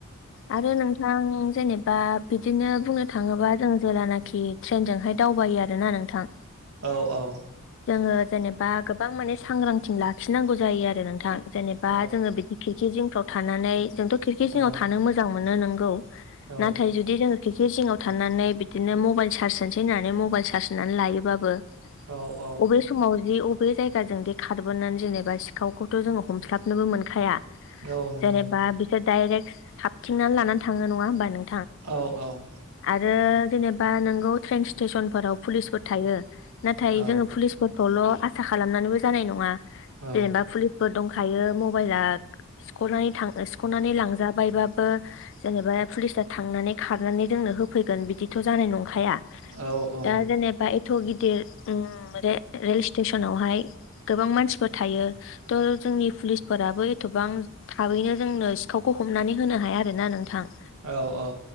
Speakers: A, on the left (about 55°); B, on the right (about 80°).
A: आरो नोंथां जेनेबा बिदिनो बुंनो थाङोबा जों जेेलानाखि ट्रेनजोंहाय दावबायो आरोना नोंथां
B: औ औ
A: जोङो जेनेबा गोबां माने सांग्रांथि लाखिनांगौ जायो आरो नोंथां जेनेबा
B: औ
A: जोङो बिदि खिरखि जिंफ्राव थानानै जोंथ' खिरखि जिङआव
B: औ
A: थानो मोजां मोनो नोंगौ
B: औ
A: नाथाय जुदि जों खिरखि जिङाव थानानै बिदिनो मबाइल चारस होनोसै होननानै मबाइल चार्ज होनानै लायोबाबो अबे
B: औ औ
A: समाव जि बै जायगाजों दि खारबोनानै जेनेबा सिखावखौथ' जोङो हमस्लाबनोबो मोनखाया।
B: औ नंगौ
A: जेनेबा बिसोर डायरेक्ट साबथिंनानै लानानै थाङो नङा होमबा नों
B: औ औ
A: आरो जेनेबा नोंगौ ट्रेन स्टेसनफोराव पुलिसफोर थायो। नाथाय
B: औ
A: जोङो पुलिस फोरखौल' आसा खालामनानैबो जानाय नङा
B: औ
A: जेनेबा पुलिसफोर दं हायो मबाइला सिख'नानै थां सिख'नानै लांजाबायबाबो जेनेबा पुलिसथा थांनानै खारनानै जोंनो होफैगोन बिदिथ' जानाय नंखाया।
B: औ औ
A: दा जेनेबा एथ' गिदिर उम रे-रेल स्टेसनाव हाय गोबां मानसिफोर थायो। थ' जोंनि फुलिसफोराबो एथबां थाबैनो जोंनो सिखावखौ हमनानै होनो हाया आरो ना नोंथां।
B: औ औ